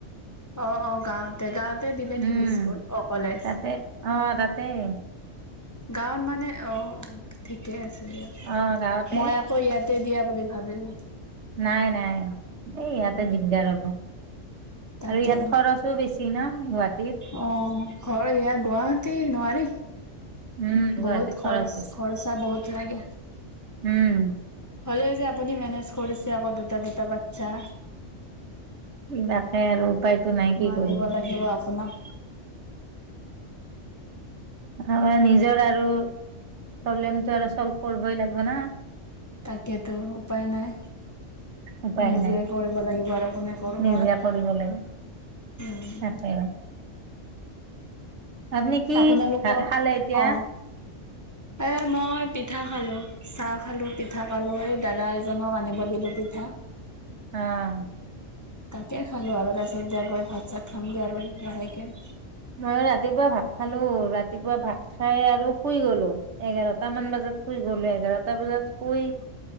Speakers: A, on the left; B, on the right.
A: অ- অ, গাৱতে - গাৱত তে দিলে
B: উম
A: নেকি স্কুল অ' কলেজ
B: তাতে অ, তাতেই
A: গাৱত মানে অ, ঠিকে আছে।
B: অ গাঁৱতে
A: মই আকৌ ইয়াত দিয়া বুলি ভাবিলোঁ।
B: নাই নাই, এই ইয়াতে
A: উম
B: দিগদাৰ হ'ব।
A: তাকে,
B: আৰু ইয়াত খৰচো বেছি ন গুৱাহাটীত
A: অ' ঘৰ এয়া গুৱাহাটী নোৱাৰি।
B: উম গুৱাহাটীত
A: বহুত খৰচ,
B: বেছি
A: খৰচা বহুত <unintelligible>
B: উম'
A: হলেওঁ যে আপুনি মেনেজ কৰিছে আকৌ দুটা দুটা বাচ্ছা।
B: তাকে আৰু উপায়তো নাই কি
A: মানিব
B: কৰিম
A: লাগিব আপোনাক
B: আমাৰ নিজৰ আৰু প্ৰব্লেমটো আৰু চল্ভ কৰিবই লাগিব না।
A: তাকেতো উপায় নাই
B: উপায়
A: নিজে
B: নাই
A: কৰিব লাগিব আৰু কোনে কৰিব
B: নিজে
A: আৰু
B: কৰিব লাগিব
A: উম,
B: তাকে আপুনি কি
A: আপোনালোকৰ
B: খা খালে এতিয়া।
A: অ এ মই পিঠা খালো। চাহ খালো পিঠা খালো, এই দাদা এজনক আনিব দিলো পিঠা।
B: অ',
A: তাকে খালো আৰু তাৰপিছত এতিয়া গৈ ভাত চাত খামগে আৰু লাহেকে।
B: মই ৰাতিপুৱা ভাত খালো, ৰাতিপুৱা ভাত খাই আৰু শুই গলো। এঘাৰটা মান বজাত শুই গ'লো, এঘাৰটা সাতটা বজাতই